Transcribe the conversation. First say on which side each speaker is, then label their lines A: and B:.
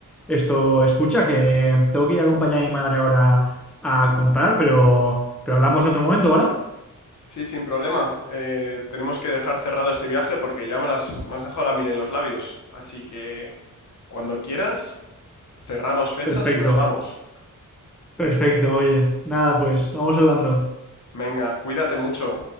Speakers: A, in the centre; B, on the left.
A: Esto, escucha, que tengo que ir a acompañar a mi madre ahora a comprar, pero, pero hablamos en otro momento, ¿vale?
B: Sí, sin problema. Eh, tenemos que dejar cerrado este viaje porque ya me, las, me has dejado la miel en los labios. Así que cuando quieras, cerramos fechas
A: Perfecto.
B: y nos vamos.
A: Perfecto, oye. Nada, pues, vamos hablando.
B: Venga, cuídate mucho.